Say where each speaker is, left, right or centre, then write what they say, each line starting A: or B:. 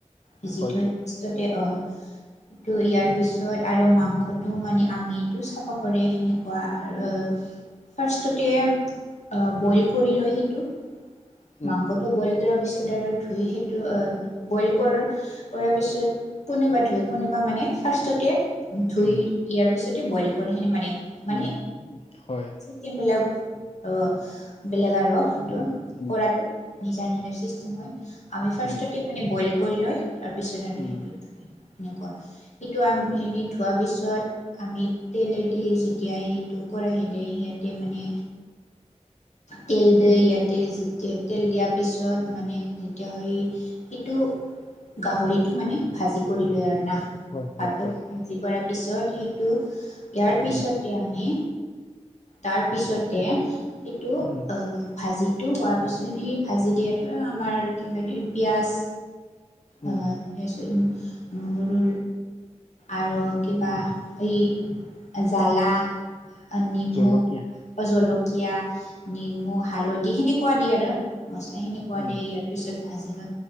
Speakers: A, on the left (about 70°); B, on the left (about 50°).
A: ভিজি
B: হয়
A: থৈ
B: দিয়ক
A: পাৰষ্টতে অ
B: <unintelligible>
A: সেইটো ইয়াৰ পিছত আৰু মাংসটো মানে আমিটো চাফা কৰে সেনেকুৱা আৰু। ফাৰ্ষ্ট অ। বইল কৰি লয় সেইটো
B: উম
A: মাংসটো
B: উম
A: বইল কৰাৰ পিছত। চুডাৰত ধুই সেইটো বইল কৰ কৰাৰ পিছত কোনোবা ধুই কোনোবা মানে। ফাৰ্ষ্টতে ধুই
B: উম
A: ইয়াৰ পিছতে বইল কৰিখনে মানে। মানে
B: উম হয়
A: চেম বিলাক। আহ বেলেগ আৰু সেইটো
B: উম
A: কৰাতটো নিজৰ নিজৰ চিষ্টেম হৈ। আমি ফাৰ্ষ্ট
B: উম
A: মে বইল কৰি লৈ তাৰপিছত আৰু
B: উম
A: সেই। সেনেকুৱা সেইটো আম এনে ধোৱাৰ পিছত আমি তেলেদি যেতিয়াই সেইটো। ক আহিলিলে সিয়াঁতে মানে।
B: <unintelligible>
A: তেল দি ইয়াতে যেয়া তেল দিয়াৰ পিছত মানে যেতিয়া হয় সেইটো। গাহৰিতটো মানে ভাজি কৰি লৈ আৰু না।
B: হয় হয়
A: ভাজো
B: হয়
A: ভাজি কৰাৰ পিছত সেইটো ইয়াৰ
B: উম
A: পিছতে আমি। তাৰ পিছতে সেইটো
B: উম
A: আহ ভাজি। টো হোৱাৰ পিছত স ভাজি দিয়াতো আমাৰ কিবা পিঁয়াজ।।
B: উম
A: অ স নহৰু আৰু কিবা এই জালা। নিমু
B: জলকীয়া
A: জলকীয়া নিমু হালধি সেনেকুৱা দিয়ে আৰু। মছলাখেনেকুৱা
B: উম
A: দিয় ইয়াৰ পিছত। ভাজি লৈ